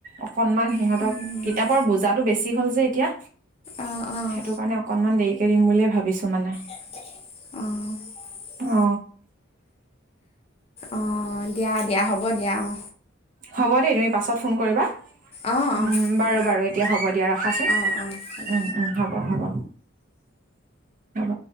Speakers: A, on the right; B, on the left.
A: অকনমান সিহঁতক
B: উম,
A: কিতাপৰ বুজাটো বেছি হ'ল যে এতিয়া
B: অঁ অঁ
A: সেইটো কাৰণে অকনমান দেৰিকে দিম বুলিয়ে ভাবিছো মানে।
B: আহ।
A: অ।
B: অ দিয়া দিয়া হ'ব দিয়া অ।
A: হ'ব দেই তুমি পাছত ফোন কৰিবা,
B: অঁ অঁ
A: উম
B: হ'ব
A: বাৰু বাৰু এতিয়া হ'ব দিয়া ৰাখাচোন।
B: অঁ অঁ হ'ব
A: উম উম হ'ব হ'ব হ'ব।